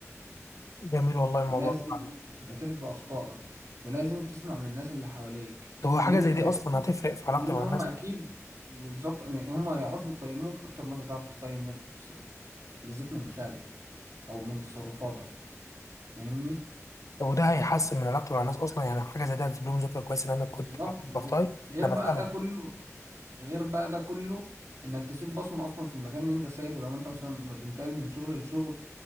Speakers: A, on the left; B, on the right.
A: جميل والله الموضوع
B: لازم
A: ده فعلا.
B: لازم تعترف باخطائك ولازم تسمع من الناس اللي حواليك
A: طب هو حاجه
B: لان
A: زي
B: انت
A: دي
B: اكيد
A: اصلا هتفرق في علاقتي
B: لان
A: مع
B: هم
A: الناس
B: اكيد بالظبط يعني هم يعرفوا يقيموك اكتر ما انت تعرف تقيم نفسك بالذات من الخارج او من تصرفاتك فاهمني
A: طب وده هيحسن من علاقتي مع الناس اصلا يعني حاجه زي دي هتسيب لهم ذكرى كويسه ان انا كنت
B: بالظبط
A: بعترف
B: بالظبط
A: بخطاي
B: غير
A: انا
B: بقى
A: بسالك
B: ده كله غير بقى ده كله انك تسيب بصمة اصلا في المكان اللي انت سايبه لو انت مثلا ما تنتقل من شغل لشغل